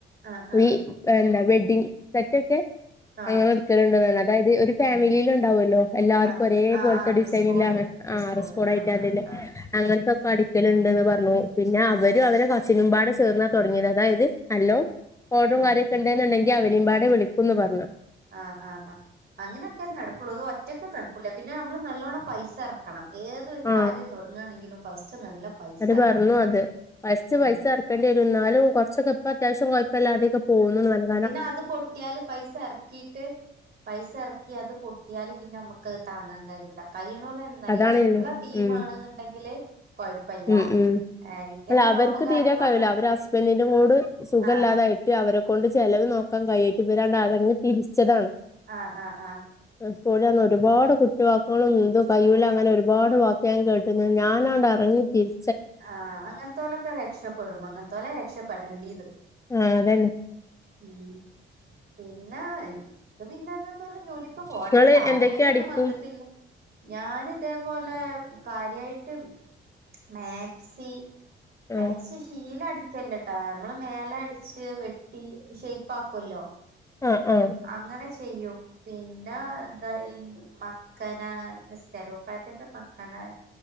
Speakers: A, on the right (about 50°); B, on the left (about 15°).
A: ആഹ് ആഹ്
B: ഈ എന്താ വെഡ്ഡിങ്ങ് സെറ്റൊക്കെ
A: ആഹ്
B: അങ്ങനെ എടു ക്കലുണ്ട് പറഞ്ഞ്. അതായത് ഒരു ഫാമിലിയിൽ ഉണ്ടാവല്ലോ എല്ലാവർക്കും
A: ആഹ്
B: ഒരേ
A: ആഹ്
B: പോലത്തെ
A: ആഹ് ഡ്രസ്
B: ഡിസൈനിലെ
A: കോഡ്
B: ആഹ്
A: കോഡ്
B: ഡ്രസ് കോഡായിട്ടാല്ലെലെ
A: ആഹ് ആഹ് ആഹ്
B: അങ്ങനത്തൊക്കെ അടിക്കലുണ്ട്ന്ന് പറഞ്ഞു. പിന്നെ അവരും
A: ആഹ്
B: അവരുടെ കസ് സ്സിനും പാടെ ചേർന്നാ തുടങ്ങിയത്. അതായത് നല്ലോം ഓർഡറും
A: ആഹ്
B: കാര്യൊക്കെ ഉണ്ടെന്നുണ്ടെങ്കി അവരേം പാടെ വിളിക്കുന്ന് പറഞ്ഞ്.
A: ആഹ് ആഹ് ആഹ്. അങ്ങനെയൊക്കെ നടക്കുള്ളൂ. അത് ഒറ്റയ്ക്ക് നടക്കൂല. പിന്നെ നമ്മള് നല്ലോണം പൈസ ഇറക്കണം. ഏതൊരു
B: ആ
A: കാര്യം തുട ങ്ങാണെങ്കിലും ഫസ്റ്റ് നല്ല പൈസ
B: അത്
A: ഇറക്കണം
B: പറഞ്ഞു അത്. ഫസ്റ്റ് പൈസ
A: ഉം
B: ഇറ ക്കേണ്ടി വരും. എന്നാലും കുറച്ചൊക്കെ ഇപ്പ അത്യാവശ്യം കുഴപ്പമില്ലാതെയൊക്കെ പോകുന്നെന്ന് പറഞ്ഞ്
A: പിന്നെ അത് പൊട്ടിയാലും പൈസ ഇറക്കിയിട്ട് പൈസ ഇറക്കി അത് പൊട്ടിയാല് പിന്നെ നമുക്കത് താങ്ങാൻ കഴിയൂല. കഴിയണ പോലന്നെ നല്ല
B: അതാണ്
A: ഉള്ള ടീമാണ്
B: ഉം
A: എന്നുണ്ടെങ്കില് കൊഴപ്പല്ല.
B: ഉം ഉം
A: ഇങ്ങനെ
B: അല്ല അവർക്ക്
A: ലോണും കാര്യങ്ങളൊക്കെ
B: തീരെ കഴിവില്ല. അവര് ഹസ്ബൻറിൻ്റെ കൂട് സുഖം
A: ആഹ്
B: ഇല്ലാതായി ട്ട് അവരെ കൊണ്ട് ചെലവ് നോക്കാൻ കഴിയാഞ്ഞിട്ട് ഇവരാണ്ട് അറങ്ങ് തിരിച്ചതാണ്.
A: ആഹ് ആഹ് ആഹ്.
B: സ്കൂളിൽ വന്ന് ഒരുപാട് കുത്തുവാക്കുകളും എന്തും കയ്യൂല അങ്ങനെ ഒരുപാട് വാക്ക് ഞാൻ കേട്ടുന്ന്. ഞാനാണ്ട് ഇറങ്ങിതിരി
A: ആഹ് അങ്ങനെത്തോലൊക്കെ രക്ഷപ്പെടും. അങ്ങനത്തോലെ രക്ഷപ്പെടെണ്ടീത്.
B: ആഹ് അതന്നെ.
A: ഉം പിന്നെ എനിക്ക് പിന്നെ അതൊക്കല്ല ജോലി ക്കു പോകണ്ട
B: ഇങ്ങള്
A: സാഹചര്യം
B: എന്തൊക്കെ അടിക്കും
A: ഒന്നും വന്നിട്ടില്ല. ഞാനിതേപോലെ കാര്യായിട്ട് മാക്സി
B: ആ
A: മാക്സി ഷീല അടി ച്ചല്ലെട്ടാ നമ്മള് മേലെ അടിച്ച് വെട്ടി ഷെയ്പ്പ് ആക്കുവല്ലോ.
B: ആഹ് ആഹ്
A: അങ്ങനെ ചെയ്യും പിന്നെ എന്താ ഈ മക്കനാ നിസ്കാര കുപ്പായത്തിൻ്റെ മ കാരണം